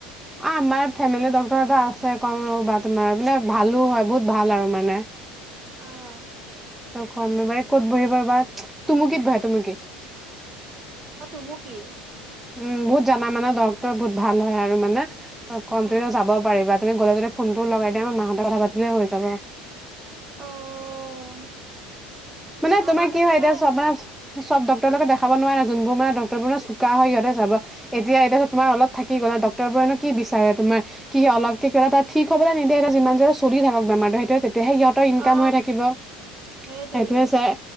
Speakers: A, in the centre; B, on the right.
A: আ-আমাৰ ফেমিলি ডক্তৰ এটা আছে কম ৰবা তোমাৰ, বোলে ভালো হয় বহুত ভাল আৰু মানে।
B: অ'।
A: তই কম ৰবা এ ক'ত বহিব বা? তুমুকিত বহে তুমুকিত।
B: অ', তুমুকি?
A: উম', বহুত জানা মানা ডক্তৰ, বহুত ভাল হয় আৰু মানে, তহ কন্তিনিউ
B: অ
A: যাব পাৰি বাট তুমি গ'লে যাতে ফোনটো লগাই দিয়া, আমাৰ মাহঁতে কথা পাতিলে হৈ যাব।
B: অ'।
A: মানে
B: আমাৰ
A: তোমাৰ কি
B: তেনেকে
A: হয় এতিয়া চব মানে চব ডক্তৰঢ লগত দেখাব নোৱাৰা, যোনবোৰ মানে ডাঙৰবোৰ চোকা সিহঁতেহে চাবা, এতিয়া-এতিয়া চোৱা তোমাৰ অলপ থাকি গল ন? ডক্তৰবোৰেনো কি বিচাৰে তোমৰ কি অলপ কে কিবা তাৰ ঠিক হবলৈ নিদিয়ে, সিঁহতে যিমান যি হলো চলি থাকক বেমাৰটো সেই তেতিয়াহে সিহঁতৰ ইনকাম
B: অ
A: হৈ থাকিব। সেইটোয়ে
B: সেইটোৱে
A: চাই।